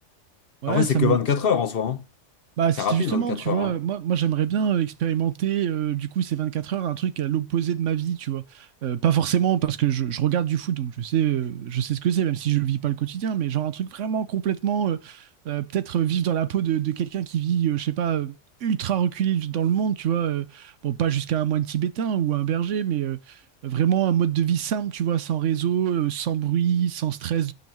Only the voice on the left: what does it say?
Après, c'est
que
24 heures en soi, hein.
C'est
rapide,
24
heures,
hein.